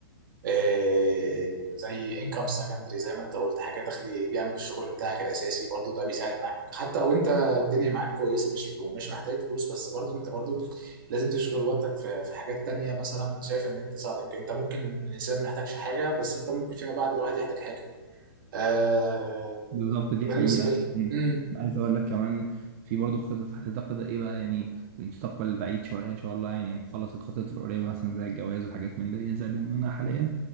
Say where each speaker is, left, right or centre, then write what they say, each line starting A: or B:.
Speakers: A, on the right; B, on the right.
A: آه، زي انكم سكندري زي ما انت قلت حاجه تخلي جنب الشغل بتاعك الاساسي برضو ده بيساعد معاك حتى لو انت الدنيا معاك كويسه مش ومش محتاج فلوس بس برضو انت برضو لازم تشغل وقتك في في حاجات تانية مثلا شايف ان انت تساعدك انت ممكن الانسان ما يحتاجش حاجه بس انت ممكن فيما بعد الواحد يحتاج حاجه آه
B: بالظبط دي حقيقة
A: بالنسبه لي
B: مم.
A: امم
B: عايز أقول لك كمان في برضه خطط هتتقد إيه بقى يعني المستقبل البعيد شوية إن شاء الله يعني لما أخلص الخطط القريبة مثلا زي الجواز وحاجات من دي زائد إن أنا حاليا